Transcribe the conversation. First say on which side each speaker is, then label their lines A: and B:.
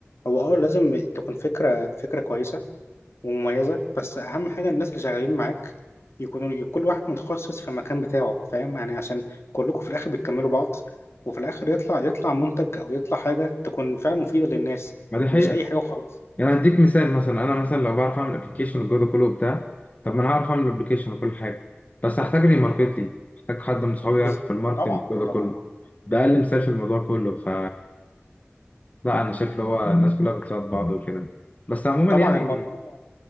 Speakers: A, on the left (about 75°); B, on the left (about 35°).
A: هو اه لازم تكون فكره فكره كويسه ومميزه بس اهم حاجه الناس اللي شغالين معاك يكونوا يكون كل واحد متخصص في المكان بتاعه فاهم يعني عشان كلكم في الاخر بتكملوا بعض وفي الاخر يطلع يطلع منتج او يطلع حاجه تكون فعلا مفيده للناس
B: ما دي
A: مش
B: حقيقه
A: اي حاجه وخلاص
B: يعني هديك مثال مثلا انا مثلا لو بعرف اعمل ابلكيشن والجو ده كله وبتاع طب ما انا هعرف اعمل ابلكيشن وكل حاجه بس هحتاج لي ماركت
A: مم.
B: لي محتاج حد من صحابي
A: بز-
B: يعرف في الماركتنج
A: طبعا
B: والجو
A: طبعا
B: ده كله ده اقل مثال في الموضوع كله ف لا انا شايف اللي هو الناس كلها بتساعد بعض وكده بس عموما
A: طبعا
B: يعني
A: الموضوع